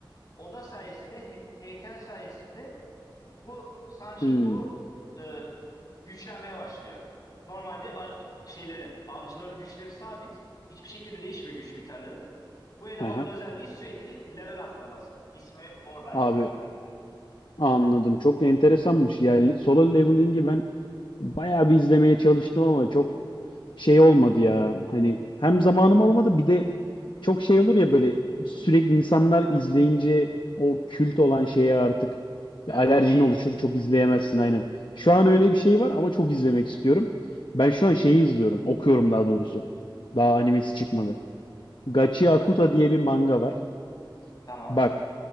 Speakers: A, on the left; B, on the left.
A: oda sayesinde he- heykel sayesinde bu San Jinfu
B: Hmm.
A: e, güçlenmeye başlıyor. Normalde ana- şeylerin, avcıların güçleri sabit. Hiçbir şekilde değişmiyor güç miktarları. Bu elemanın
B: Aha.
A: özelliği sürekli level atlaması. İsmi oradan
B: Abi
A: geliyor animenin de.
B: anladım. Çok enteresanmış. Yani solo leveling'i ben bayağı bir izlemeye çalıştım ama çok şey olmadı ya. Hani hem zamanım olmadı bir de çok şey olur ya böyle sürekli insanlar izleyince o kült olan şeye artık bir
A: Ha,
B: alerjin
A: okey.
B: oluşur. Çok izleyemezsin aynen. Şu an öyle bir şey var ama çok izlemek istiyorum. Ben şu an şeyi izliyorum. Okuyorum daha doğrusu. Daha animesi çıkmadı. Gachi Akuta diye bir manga var.
A: Tamam.
B: Bak,